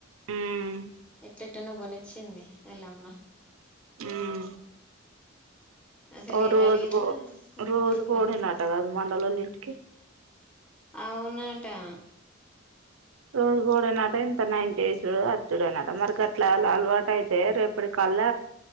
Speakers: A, on the right; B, in the centre.
A: ఉమ్
B: ఎట్టనో గొనిచ్చింది ఆలమ్మ
A: ఉమ్
B: అసలు
A: ఓ
B: ఏది
A: రోజు
B: అడిగినా
A: బో
B: కొని
A: రోజు
B: కొని
A: బోవుడేనట్ట గాదు మండలోలు ఇంటికి
B: అవునటా
A: రోజు బోవుడేనట ఇంత నైన్ డేసు అచ్చుడేనట మరి గట్లా అలవాటు అయితే రేపటి అల్ల